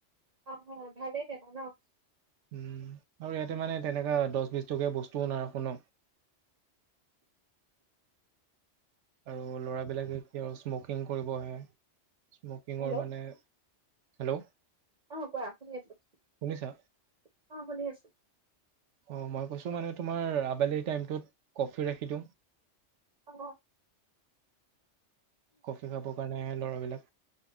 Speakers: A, on the right; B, on the right.
A: অ, ভালেই দাদা ন'
B: উম, আৰু ইয়াতে মানে তেনেকুৱা দছ, বিছ টকীয়া বস্তুও নাৰাখো ন'।
A: <inaudible>
B: আৰু ল'ৰাবিলাকে এতিয়াও স্মকিং কৰিব আহে। স্মকিঙৰ
A: হেল্ল'
B: মানে হেল্ল',
A: অ, কোৱা শুনি আছো <unintelligible>
B: শুনিছা
A: অ, শুনি আছো।
B: অ, মই কৈছো মানে তোমাৰ আবেলি টাইমটোত কফি ৰাখি দিওঁ।
A: অ
B: কফি খাবৰ কাৰণে আহে ল'ৰাবিলাক